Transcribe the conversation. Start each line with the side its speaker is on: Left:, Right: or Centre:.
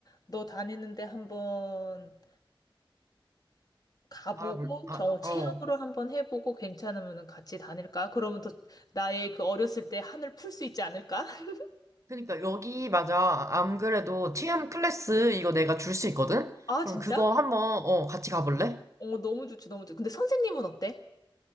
Left: 너 다니는데 한번 가보고
Right: 알아볼, 아,
Left: 저 체험으로
Right: 어.
Left: 한번 해보고 괜찮으면 같이 다닐까? 그러면 또 나의 그 어렸을 때 한을 풀 수 있지 않을까? <laughs>
Right: 그러니까 여기, 맞아. 안 그래도 TM 클래스 이거 내가 줄 수 있거든?
Left: 아
Right: 그럼
Left: 진짜?
Right: 그거 한번, 어, 같이 가볼래?
Left: 어 너무 좋지 너무 좋지. 근데 선생님은 어때?